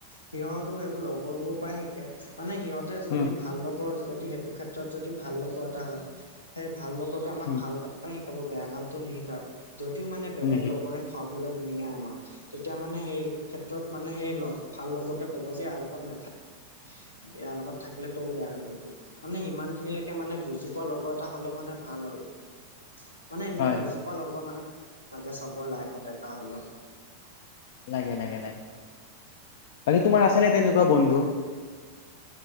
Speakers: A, on the left; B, on the left.
A: সিহঁতো সেইবোৰ লগৰবোৰৰ পৰাই শিকে। মানে সিহঁত তে
B: হুম,
A: যদি ভাল লগৰ যদি সেইটো ক্ষেত্ৰত যদি ভাল লগৰ এটা হয়‌ সেই ভাল লগৰ তো আমাক
B: হুম,
A: ভাল কামে শিকাব বেয়া কামটো নিশিকায় যদিও মানে বেলেগ
B: হুম,
A: লগৰে খুৱাবলে নিয়ে আমাক তেতিয়া মানে সেই ক্ষেত্ৰত মানে সেই ভাল লগতোৱে ক'ব যে এয়া লগত নেথা- ইয়াৰ লগত থাকিলে তই ও বেয়া হৈ যাবি মানে ইমান খিনিলেকে মানে বুজি পোৱা লগৰ এটা হলে মানে ভাল আৰু। মানে এনেকুৱা
B: হয়,
A: বুজি
B: হয়,
A: পোৱা লগৰ মানে লাগে চবৰ লাইফত এটা হলেও
B: লাগে লাগে লাগে বাকী তোমাৰ আছে নে তেনেকুৱা বন্ধু